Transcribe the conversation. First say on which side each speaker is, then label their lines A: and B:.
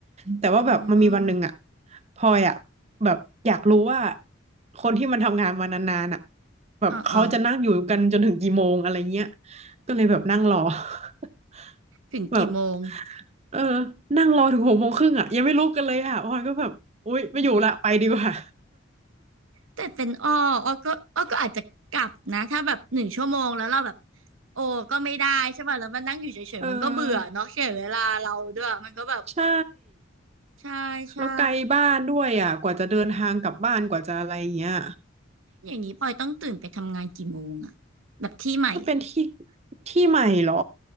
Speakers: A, on the right; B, on the right.
A: แต่ว่าแบบมันมีวันหนึ่งอะ
B: อืม
A: พลอยอะแบบอยากรู้ว่า คนที่มันทำงานมานานๆอะแบบเขาจะนั่งอยู่กันจนถึงกี่โมงอะไรเงี้ย
B: เออเออ
A: ก็เลยแบบนั่งรอ <laughs>
B: ถึงกี่โมง
A: แบบ เออนั่งรอถึงหกโมงครึ่งอ่ะยังไม่ลุกกันเลยอ่ะพลอยก็แบบอุ๊ยไม่อยู่ละไปดีกว่า
B: แต่เป็นอ้ออ้อก็อ้อก็อาจจะกลับนะถ้าแบบหนึ่งชั่วโมงแล้วเราแบบ โอ้ก็ไม่ได้ใช่ป่ะแล้วมันนั่งอยู่เฉยๆมันก็เบื่อเนาะเสียเวลาเราด้วยมันก็แบบ
A: <laughs> เออใช่
B: ใช่ใช่
A: แล้วไกลบ้านด้วยอ่ะกว่าจะเดินทางกลับบ้านกว่าจะอะไรเงี้ย
B: อย่างนี้พลอยต้องตื่นไปทำงานกี่โมงอะแบบที่ใหม่อ่ะ
A: ถ้าเป็นที่ที่ใหม่เหรอ